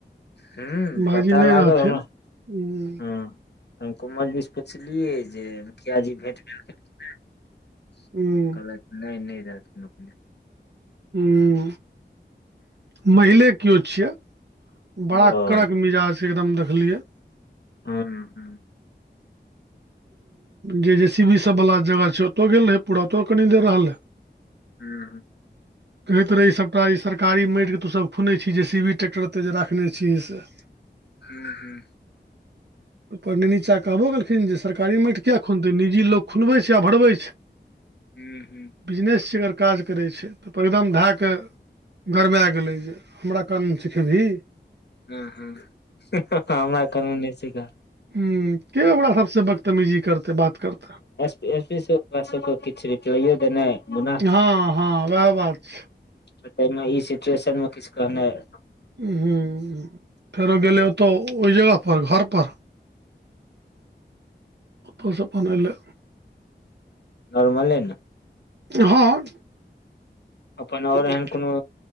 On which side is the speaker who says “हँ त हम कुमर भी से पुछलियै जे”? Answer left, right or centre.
Left